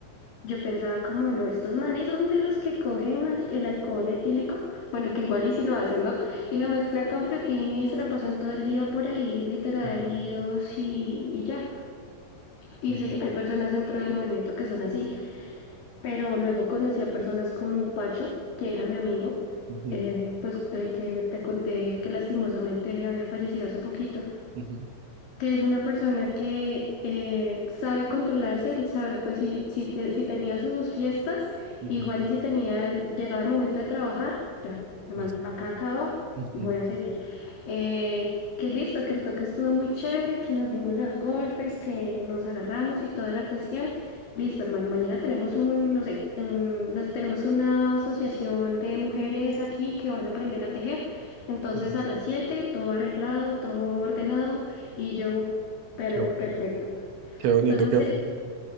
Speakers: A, on the left (about 45°); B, on the right (about 65°).
A: yo pensaba como, no, estos manes son de los que cogen al- el, alcohol etílico, bueno, que igual y si lo hacen, ¿no? Y lo mezclan con frutiño y se la pasan todo el día por ahí, literal,
B: Ujú,
A: líos y, y ya. Y
B: ujú,
A: sí, hay personas dentro del movimiento que son así, pero luego conocí a personas como Pacho, que era mi amigo,
B: ujú, ujú,
A: eh, pues el que te conté que lastimosamente había fallecido hace poquito,
B: ujú,
A: que es una persona que eh, sabe controlarse, él sabe, pues si, si, te- si tenía sus fiestas,
B: ujú.
A: igual y si tenía, el- llegaba el momento de trabajar, ya, hermano,
B: No sé.
A: acá acaba,
B: Ujú,
A: voy a seguir. Eh, que listo, que el toque estuvo muy chévere, que nos dimos los golpes, que nos agarramos y toda la cuestión. Listo, hermano, mañana tenemos un, no sé, un- nos- tenemos una asociación de mujeres aquí que van a aprender a tejer. Entonces
B: ujú.
A: a las 7 todo arreglado, todo ordenado y yo, per-
B: Qué bonito.
A: perfecto.
B: Qué bonito,
A: Entonces
B: qué bonito.
A: él,